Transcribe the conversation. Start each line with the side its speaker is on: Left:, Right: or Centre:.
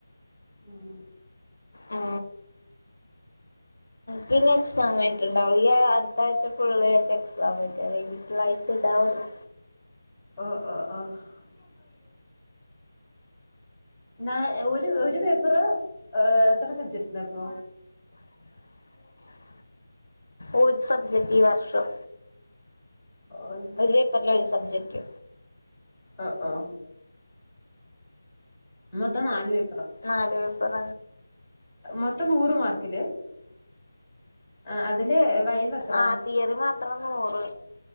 Centre: ഉം
Left: ആ ക്ക് ഇ സമയ ണ്ടാവ അടുത്തഴ് ഫുള്ളി എക്സാം പ വീട്ടുള്ള ആഴ്ച ഇണ്ടാവുള്ളൂ
Centre: ആ ആ അ എത്ര ാ ഒരു ഒരു പേപ്പറ് എത്ര സബ്ജക്ട് ഉണ്ട് ഇപ്പൊ
Left: <unintelligible> ഒരു സബ്ജക്ട് ഈ വർഷം
Centre: ഓഹ്
Left: ഒരു പേപ്പറില് ഒരു സബ്ജക്റ്റ്
Centre: ആ ആ മൊത്തം ആല് വെ
Left: നാല് പേപ്പറ
Centre: മൊത്തം നൂറ് മാർക്കില് ആ അതില് വൈവ്ത്ര
Left: ആഹ് തിയറി മാത്രം നൂറ്